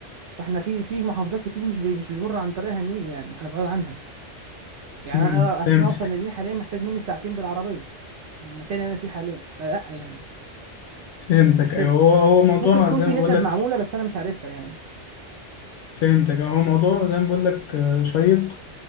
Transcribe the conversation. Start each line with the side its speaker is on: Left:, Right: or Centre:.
Right: فاحنا في في محافظات كتير مش بي مش بيمر عن طريقها النيل يعني احنا بعاد عنها يعني
Left: امم
Right: انا عشان
Left: فهمتك
Right: اوصل للنيل حاليا محتاج مني ساعتين بالعربية من المكان اللي انا فيه حاليا فلا يعني
Left: فهمتك
Right: ما مش
Left: ايوه
Right: كده
Left: هو هو موضوع
Right: ممكن تكون
Left: زي
Right: في
Left: ما
Right: نسب
Left: بقول لك
Right: معمولة بس انا مش عارفها يعني
Left: فهمتك هو موضوع زي ما بقول لك آه، شيق